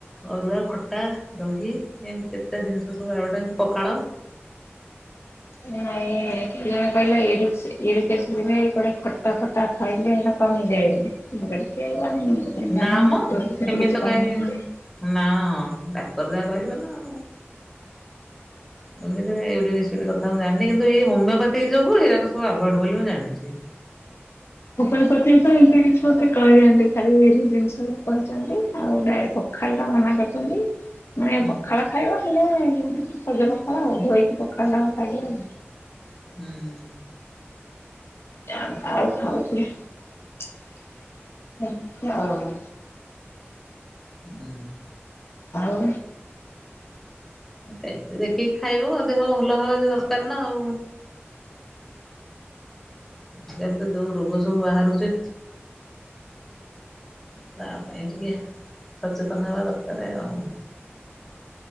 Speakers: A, in the centre; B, on the left.
A: ଅରୁଆ ଖଟା ଦହି ଏମିତି କେତେଟା ଜିନିଷ ସବୁ ଆଉଗଟା ପଖାଳ।
B: ନାଇଁ କେଇ ଜଣେ କହିଲେ ଇରିସ ଇରିଟେଷ୍ଟ ହେଲେ କୁଆଡ଼େ ଖଟା ଫଟା ଖାଇଲେ ହେ କମି ଯାଇବୋଲି ମୁକଇଲି କେଜାଣି ମୁତ କାଇଁ
A: ନା
B: ଜାଣିନି
A: ମ
B: ଡକ୍ଟରବି ସେମିତି କିଛି
A: କାହିଁ
B: କହିନାହାନ୍ତି।
A: ନା ଡାକ୍ତର ଯାହା କହିବନା ଆଉ।
B: <inaudible>
A: ଏମିତି ଇରିଟେଷ୍ଟ ମୁଁ ଜାଣିନି କିନ୍ତୁ ଏଇ ହୋମିଓପାଥି ଯବୁ ଏଇରା ସୁ ଆଭଡ ବୋଲି ମୁଁ ଜାଣିଚି।
B: ପୂଜା ଏମିତି କିଛି ମତେ କହିନାହାନ୍ତି ଖାଲି ବିରି ଜିନିଷ କହିଛନ୍ତି ଆଉ ଡାଏଟ ଖାଲିଟା ମନା କରିଚନ୍ତି। ମାନେ
A: ହୁଁ
B: ପଖାଳ ଖାଇବ ହେଲେ ସଜ ପଖାଳ ଆଉ ଧୋଇକି ପଖାଳ ଟାକୁ ଖାଇବ ଆଉ।
A: ହୁଁ।
B: ଯା ଆଉ ଖାଉଚି ସେମିତି ଆଉ।
A: ହୁଁ।
B: ଆଉ?
A: ସେମିତି ଦେଖିକି ଖାଇବ ଦେହ ଭଲ ହବା ଦରକାରନା ଆଉ। କିନ୍ତୁ ଯୋଉ ରୋଗ ସବୁ ବାହାରୁଚି ତାପାଇଁ ଟିକେ ସଚେତନ ହେବା ଦରକାର ଆଉ।